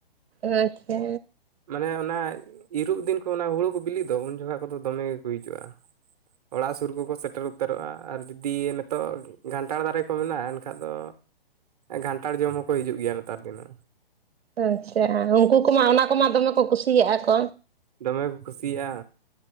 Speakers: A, on the right (about 85°); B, on the right (about 40°).
A: ᱟᱪᱪᱷᱟ
B: ᱢᱟᱱᱮ ᱚᱱᱟ ᱤᱨᱚᱜ ᱫᱤᱱ ᱠᱚ ᱚᱱᱟ ᱦᱩᱲᱩ ᱠᱚ ᱵᱤᱞᱤᱜ ᱫᱚ ᱩᱱ ᱡᱚᱠᱷᱟᱡ ᱠᱚᱫᱚ ᱫᱚᱢᱮ ᱜᱮᱠᱚ ᱦᱤᱡᱩᱜ-ᱟ᱾ ᱚᱲᱟᱜ ᱥᱩᱨ ᱠᱚᱠᱚ ᱥᱮᱴᱮᱨ ᱩᱛᱟᱹᱨᱚᱜ-ᱟ ᱟᱨ ᱡᱩᱫᱤ ᱱᱤᱛᱚᱜ ᱜᱷᱟᱱᱴᱟᱲ ᱫᱟᱨᱮ ᱠᱚ ᱢᱮᱱᱟᱜ-ᱟ ᱮᱱᱠᱷᱟᱜ ᱫᱚ ᱜᱷᱟᱱᱴᱟᱲ ᱡᱚᱢ ᱦᱚᱸᱠᱚ ᱦᱤᱡᱩᱜ ᱜᱮᱭᱟ ᱱᱮᱛᱟᱨ ᱫᱤᱱᱟᱹ᱾
A: ᱟᱪᱪᱷᱟ ᱩᱱᱠᱩ ᱠᱚᱢᱟ ᱚᱱᱟ ᱠᱚᱢᱟ ᱫᱚᱢᱮ ᱠᱚ ᱠᱩᱥᱤᱭᱟᱜ-ᱟ ᱠᱚ᱾
B: ᱰᱚᱢᱮ ᱠᱚ ᱠᱩᱥᱤᱭᱟᱜ-ᱟ᱾